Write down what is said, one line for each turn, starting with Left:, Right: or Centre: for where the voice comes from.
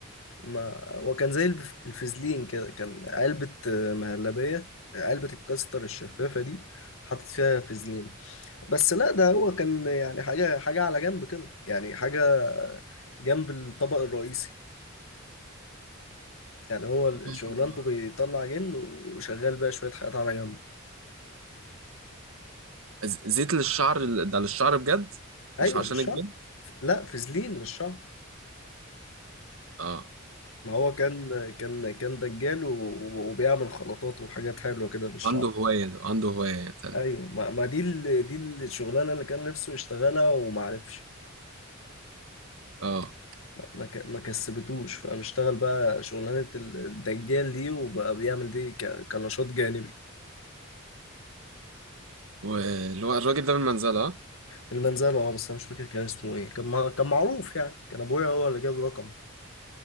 Left: ما وكان زي الف- الفازلين كده كان علبة آه، مهلبية علبة الكاستر الشفافة دي حاطط فيها فازلين بس لا ده هو كان يعني حاجة حاجة على جنب كده يعني حاجة جنب الطبق الرئيسي يعني هو
Right: آه.
Left: شغلانته بيطلع جن وشغال بقى شوية حاجات على جنب
Right: ز- زيت للشعر ال- ده للشعر بجد
Left: أيوة
Right: مش عشان
Left: للشعب
Right: الجن
Left: لا فازلين للشعب
Right: اه
Left: ما هو كان كان كان دجال و- و- وبيعمل خلطات وحاجات حلوة كده للشعب
Right: عنده هوايه عنده هوايه تاني
Left: أيوة ما, ما دي ال... دي الشغلانة اللي كان نفسه يشتغلها ومعرفش
Right: اه
Left: ما ما ك- ما كسبتوش فقام اشتغل بقى شغلانة الدجال دي وبقى بيعمل دي ك... كنشاط جانبي
Right: واللي هو الراجل ده من المنزله
Left: المنزلة اه بس انا مش فاكر كان اسمه ايه كان مع... كان معروف يعني كان ابويا هو اللي جاب رقم